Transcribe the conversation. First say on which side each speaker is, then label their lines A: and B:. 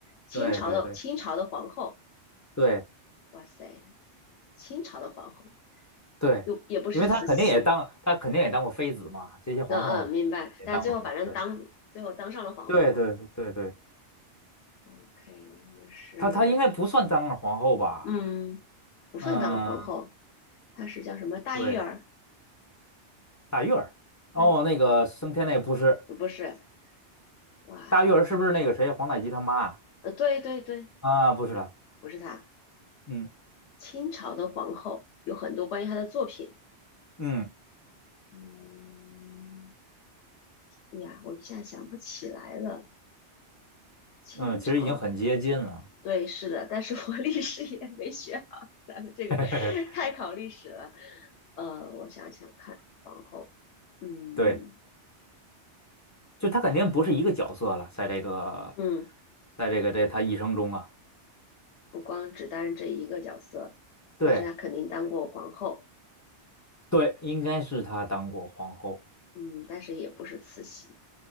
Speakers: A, on the left; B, on the left.
A: 清朝的清朝的皇后，
B: 对对对对
A: 哇塞，清朝的皇后
B: 对，
A: 又也不是慈禧。
B: 因为他肯定也当他肯定也当过妃子嘛，这些皇后也当过妃子，
A: 嗯嗯，明白。但最后反正当最后当上了皇后嘛。
B: 对对对对对对，
A: OK，那是
B: 他他应该不算当了皇后吧？
A: 嗯，不算当皇后，
B: 嗯，
A: 她是叫什么大玉儿？
B: 对，大玉儿。哦，
A: 大玉
B: 那个升天那不是
A: 呃不是哇，
B: 大玉儿，是不是那个谁黄太极他妈啊？
A: 呃，对对对，
B: 啊，不是的，
A: 不是她。
B: 嗯
A: 清朝的皇后有很多关于她的作品。
B: 嗯
A: 嗯。哎呀，我一下想不起来了。清朝
B: 嗯，其实已经很接近了。
A: 对，是的，但是我 <laughs> 历史也没学好，咱们这个
B: <laughs> 嘿嘿，
A: <laughs> 太考历史了。呃，我想想看，皇后，嗯
B: 对，就她肯定不是一个角色了，在这个，
A: 嗯，
B: 在这个这他一生中啊，
A: 不光只担任这一个角色，
B: 对
A: 但是她肯定当过皇后，
B: 对，应该是他当过皇后。
A: 嗯，但是也不是慈禧。